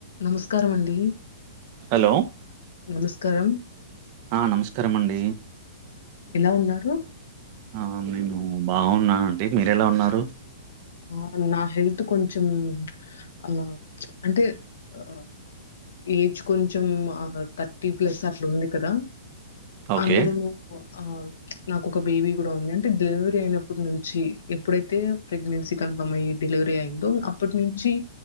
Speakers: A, on the left; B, on the right.
A: నమస్కారమండి
B: హలో
A: నమస్కారం
B: ఆ నమస్కారమండి
A: ఎలా ఉన్నారు
B: ఆ నేను బాగున్నానండి మీరు ఎలా ఉన్నారు
A: ఆ నా హెల్త్ కొంచెం ఆ అంటే ఆ ఏజ్ కొంచెం ఆథర్టీ ప్లస్ అట్లా ఉంది కదా
B: ఓకే
A: అందులో ను ఆ నాకు ఒక బేబీ కూడా ఉంది అంటే డెలివరీ అయిన అప్పుడు నుంచి ఎప్పుడైఅయితే ప్రెగ్నెన్సీ కన్ఫామయి డెలివరి అయిందో అప్పటి నుంచి